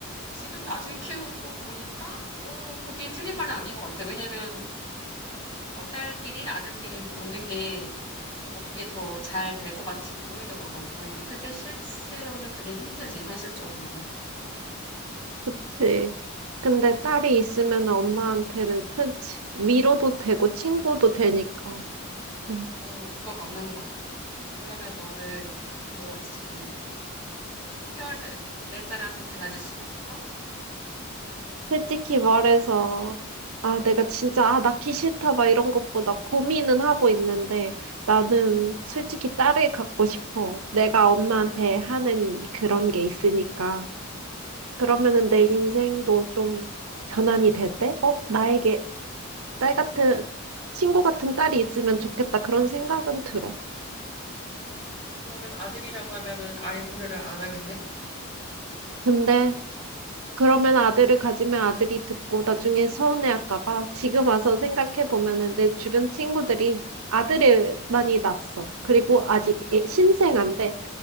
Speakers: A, on the left; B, on the right.
A: 지금 나중에 키우고 보니까, 어, 그게 틀린 말은 아닌 것 같아. 왜냐면, 어, 딸끼리, 아들끼리 노는 게, 어, 그게 더 잘 될 것 같이 보이더라고, 보이긴. 근데 실제로는 그게 힘들지, 현실적으로.
B: 그치. 근데 딸이 있으면 엄마한테는 큰 치- 위로도 되고 친구도 되니까. 응.
A: 어, 그건 맞는 것 같아. 그러면 너는, 뭐, 지금 성별에 따라서 달라질 수도 있어?
B: 솔직히 말해서, 아, 내가 진짜, 아, 낳기 싫다, 막 이런 것보다 고민은 하고 있는데, 나는 솔직히 딸을 갖고 싶어. 내가 엄마한테 하는 그런 게 있으니까. 그러면은 내 인생도 좀 전환이 될 때, 어, 나에게 딸 같은, 친구 같은 딸이 있으면 좋겠다,
A: 음,
B: 그런 생각은 들어.
A: 그러면 아들이라고 하면은 아예 고려를 안 하겠네?
B: 근데, 그러면 아들을 가지면 아들이 듣고 나중에 서운해할까 봐. 지금 와서 생각해 보면은 내 주변 친구들이 아들을 많이 낳았어. 그리고 아직 애-
A: 어,
B: 신생아인데